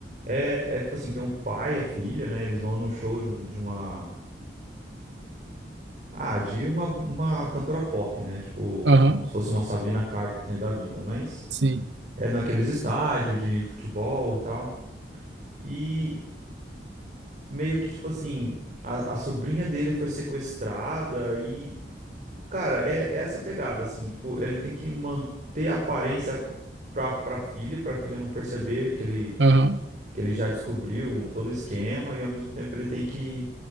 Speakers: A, on the right (about 45°); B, on the right (about 80°).
A: É, é tipo assim, tem o pai e a filha, né? Eles vão num show de, um- de uma Ah, de uma, uma cantora pop, né? Tipo,
B: Aham,
A: como se fosse uma Sabrina Carpenter da vida, mas
B: sim,
A: é naqueles estádios de futebol e tal. E meio que, tipo assim, a, a sobrinha dele foi sequestrada e, cara, é, é essa pegada, assim, tipo, ele tem que manter a aparência pra, pra filha, pra filha não perceber que ele,
B: aham.
A: que ele já descobriu todo o esquema e ao mesmo tempo ele tem que.